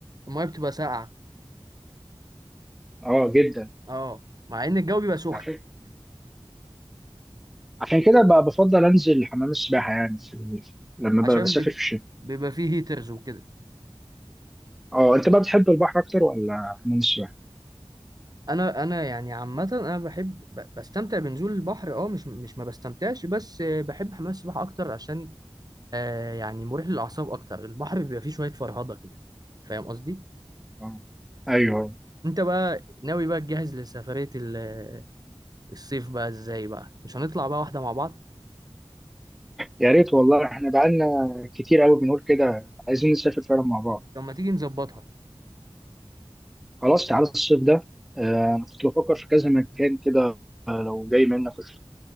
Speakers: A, on the right (about 40°); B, in the centre.
A: المية بتبقى ساقعة
B: اه جدا
A: اه مع إن الجو بيبقى سخن
B: عشان عشان كده بقى بفضل انزل حمام السباحه يعني في ال... لما
A: عشان
B: ببقى بسافر
A: بيبقى,
B: في الشتاء
A: بيبقى فيه هيترز وكده
B: اه انت بقى بتحب البحر اكتر ولا حمام السباحه
A: أنا أنا يعني عامة أنا بحب ب- بستمتع بنزول البحر اه مش مش ما بستمتعش بس آه، بحب حمام السباحة أكتر عشان آه يعني مريح للأعصاب أكتر البحر بيبقى فيه شوية فرهضة كده فاهم قصدي؟
B: اه ايوه
A: أنت بقى ناوي بقى تجهز لسفرية ال- الصيف بقى إزاي بقى؟ مش هنطلع بقى واحدة مع بعض؟
B: يا ريت والله احنا بقالنا كتير قوي بنقول كده عايزين نسافر فعلا مع بعض
A: طب ما تيجي نظبطها
B: خلاص تعالى الصيف ده آه انا كنت بفكر في كذا مكان كده آه، لو جاي منك قشطة.